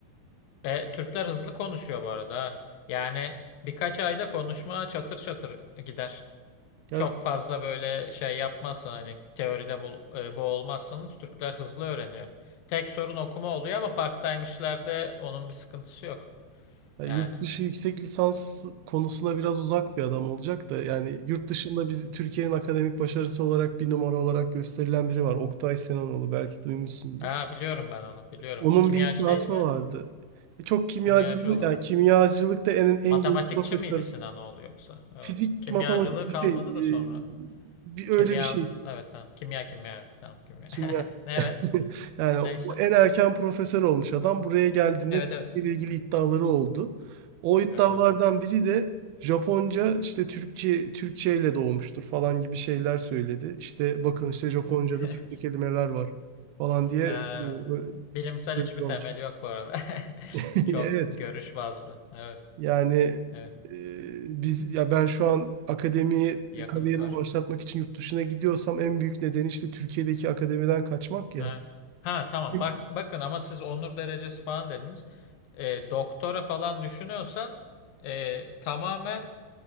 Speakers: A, on the left; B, on the right.
A: E, Türkler hızlı konuşuyor bu arada. ha. Yani birkaç ayda konuşma çatır çatır gider.
B: Ya,
A: Çok fazla böyle şey yapmazsın hani teoride bu, e, boğulmazsanız Türkler hızlı öğreniyor. Tek sorun okuma oluyor ama part-time'işlerde onun bir sıkıntısı yok.
B: ya
A: Yani.
B: yurt dışı yüksek lisans konusuna biraz uzak bir adam olacak da yani yurt dışında biz Türkiye'nin akademik başarısı olarak bir numara olarak gösterilen biri var. Oktay Sinanoğlu belki duymuşsundur.
A: Ha biliyorum ben onu biliyorum.
B: Onun
A: E, Kimyacı
B: bir iddiası
A: değil mi ya?
B: vardı. E, Çok kimyacılık
A: Kimyacı olan.
B: yani kimyacılıkta en en
A: Matematikçi
B: genç profesör
A: miydi Sinanoğlu yoksa? Evet.
B: fizik
A: Kimyacılığı
B: matematik bir
A: kalmadı
B: şey
A: da sonra.
B: e, bir öyle
A: Kimya
B: bir şeydi
A: evet tamam. Kimya kimya evet tamam kimya.
B: kimya
A: <laughs>
B: <laughs>
A: Evet
B: Yani
A: neyse.
B: o en erken profesör olmuş adam buraya geldiğinde
A: Evet
B: Türkiye
A: evet.
B: ile ilgili iddiaları oldu. O iddialardan
A: Evet,
B: biri de Japonca işte Türkçe Türkçe ile doğmuştur falan gibi şeyler söyledi. İşte bakın işte Japonca'da
A: evet.
B: Türkçe
A: <laughs>
B: kelimeler var falan diye
A: Ha,
B: e,
A: evet.
B: ö-
A: Bilimsel
B: söylüyormuş.
A: hiçbir temeli yok bu arada. <laughs>
B: <laughs>
A: Çok
B: Evet.
A: görüş bazlı. Evet,
B: Yani
A: evet.
B: e, biz ya ben şu an akademiye
A: Bir Yakınlık
B: kariyerimi
A: var.
B: başlatmak için yurt dışına gidiyorsam en büyük nedeni işte Türkiye'deki akademiden kaçmak ya.
A: Evet. Ha tamam
B: Hı
A: bak bakın ama siz onur derecesi falan dediniz. E, doktora falan düşünüyorsan e, tamamen